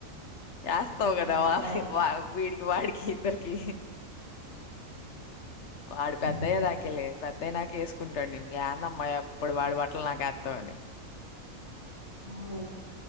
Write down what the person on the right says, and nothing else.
అవునే
అది కరెక్టే
అది కరెక్టే
అవున